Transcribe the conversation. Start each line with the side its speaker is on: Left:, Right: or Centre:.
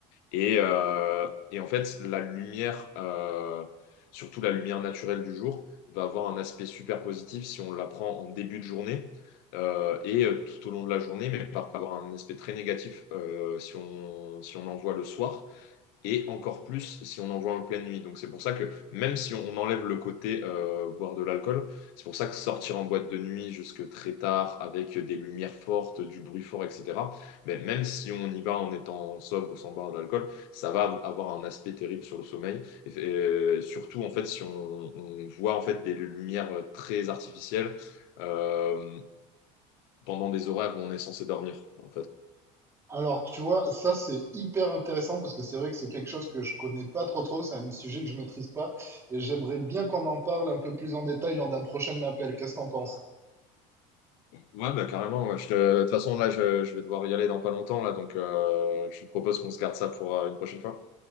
Left: Et, euh, et en fait, la lumière, euh, surtout la lumière naturelle du jour, va avoir un aspect super positif si on la prend en début de journée euh, et euh, tout au long de la journée, mais par avoir un aspect très négatif euh, si on, si on en voit le soir et encore plus si on en voit en pleine nuit. Donc c'est pour ça que même si on enlève le côté euh, boire de l'alcool, c'est pour ça que sortir en boîte de nuit jusque très tard avec des lumières fortes, du bruit fort, etc. Mais même si on y va en étant sobre, sans boire de l'alcool, ça va avoir un aspect terrible sur le sommeil. Et, et surtout en fait si on, on, voit en fait des lumières très artificielles. Euh, pendant des horaires où on est censé dormir. En fait,
Right: Alors, tu vois, ça, c'est hyper intéressant parce que c'est vrai que c'est quelque chose que je connais pas trop trop, c'est un sujet que je maîtrise pas et j'aimerais bien qu'on en parle un peu plus en détail lors d'un prochain appel. Qu'est-ce que t'en penses?
Left: Ouais, bah carrément. ouais. Je te- De toute façon, là, je, je vais devoir y aller dans pas longtemps, là, donc euh, je te propose qu'on se garde ça pour euh, une prochaine fois.